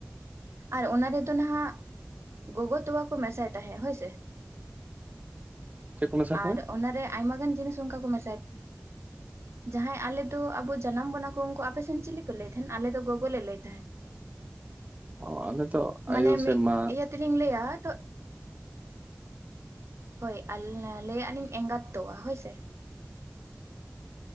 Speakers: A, on the right (about 75°); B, on the right (about 35°).
A: ᱟᱨ ᱚᱱᱟ ᱨᱮᱫᱚ ᱱᱟᱦᱟᱜ ᱜᱚᱜᱚ ᱛᱚᱣᱟ ᱠᱚ ᱢᱮᱥᱟᱭ ᱛᱟᱦᱮᱸᱜ ᱦᱳᱭ ᱥᱮ᱾
B: ᱪᱮᱫ ᱠᱚ ᱢᱮᱥᱟ ᱠᱟᱱᱟ
A: ᱟᱨ ᱚᱱᱟᱨᱮ ᱟᱭᱢᱟ ᱜᱟᱱ ᱡᱤᱱᱤᱥ ᱚᱱᱠᱟ ᱠᱚ ᱢᱮᱥᱟᱭ ᱡᱟᱦᱟᱸᱭ ᱟᱞᱮ ᱫᱚ ᱟᱵᱚ ᱡᱟᱱᱟᱢ ᱵᱚᱱᱟ ᱠᱚ ᱩᱱᱠᱩ ᱟᱯᱮᱥᱮᱱ ᱪᱤᱞᱤᱯᱮ ᱞᱟᱹᱭ ᱛᱟᱦᱮᱸᱱ ᱟᱞᱮ ᱫᱚ ᱜᱚᱜᱚ ᱞᱮ ᱞᱟᱹᱭ ᱛᱟᱦᱮᱸᱱ᱾
B: ᱚ ᱟᱞᱮ ᱫᱚ
A: ᱢᱟᱱᱮ
B: ᱟᱭᱳ ᱥᱮ
A: ᱢᱤᱫ
B: ᱢᱟ
A: ᱤᱭᱟᱹ ᱛᱮᱞᱤᱧ ᱞᱟᱹᱭᱟ ᱛᱚ ᱦᱳᱭ ᱞᱟᱹᱭᱟᱜ ᱞᱤᱧ ᱮᱸᱜᱟᱛ ᱛᱚᱣᱟ ᱦᱳᱭ ᱥᱮ᱾